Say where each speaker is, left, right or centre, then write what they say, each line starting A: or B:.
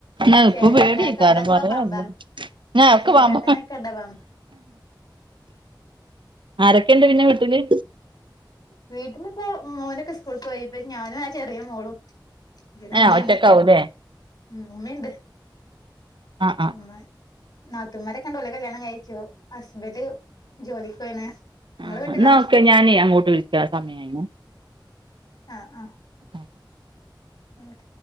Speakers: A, on the right; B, on the left.
A: ന്നാ
B: ചേരാട്ടടക്കം
A: ഇപ്പൊ പേടിയേക്കാരം പറയാല്ല
B: പാമ്പാ
A: ഞാൻ ഒക്കെ
B: ചേരാട്ടനെക്കെണ്ട
A: പാമ്പ
B: പാമ്പ്
A: ആരൊക്കെ ഉണ്ട് പിന്നെ വീട്ടില്
B: വീട്ടിലിപ്പോ മോനൊക്കെ സ്കൂളിൽ പോയി പ്പ ഞാനും ആ ചെറിയ മോളും പിന്നെ
A: ഏഹ്
B: ഉമ്മയുണ്ട്
A: ഒറ്റക്കാവൂല്ലേ
B: ഉം ഉമ്മമ്മ യുണ്ട്
A: ആഹ് ആഹ്
B: ഉമ്മ നാത്തൂമാരൊക്കെ ണ്ട് ഓലെ കല്യാണം കഴിച്ചു ഹസ്ബന്ഡ് ജോലിക്ക് പോയിണ് നിങ്ങളെ
A: ആ
B: വീട്ടിലോ
A: ന്ന ഒക്കെ ഞാനീ അങ്ങോട്ട് വിളിക്ക സമയായീണെ
B: ആഹ് ആഹ്
A: <inaudible>
B: ഉം